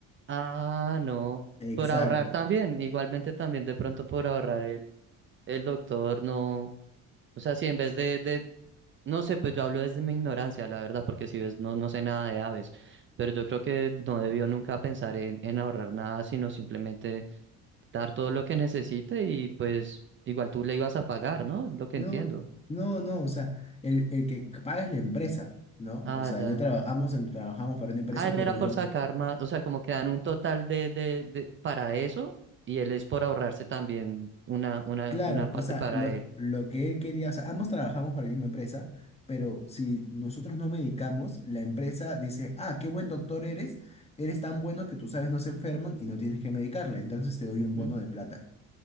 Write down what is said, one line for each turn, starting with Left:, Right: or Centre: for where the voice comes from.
Right: Ah, no,
Left: Exacto.
Right: por ahorrar también, igualmente también de pronto por ahorrar el, el doctor, no. O sea, si en vez de, de... No sé, pues yo hablo desde mi ignorancia, la verdad, porque si ves, no, no sé nada de aves, pero yo creo que no debió nunca pensar en, en ahorrar nada, sino simplemente dar todo lo que necesite y pues igual tú le ibas a pagar, ¿no? Lo que
Left: No,
Right: entiendo.
Left: no, no, o sea, el, el que paga es la empresa, ¿no?
Right: Ah,
Left: O sea,
Right: ya.
Left: yo trabajamos, en- trabajamos para una empresa,
Right: Ah, él
Left: pero
Right: era
Left: yo,
Right: por sacar más, o sea, como que dan un total de, de, de para eso y él es por ahorrarse también una, una,
Left: claro,
Right: una parte
Left: o sea,
Right: para
Left: lo,
Right: él.
Left: lo que él quería, o sea, ambos trabajamos para la misma empresa, pero si nosotros no medicamos, la empresa dice, ah, qué buen doctor eres, eres tan bueno que tus aves no se enferman y no tienes que medicarla, entonces te doy
Right: Ujú.
Left: un bono de plata,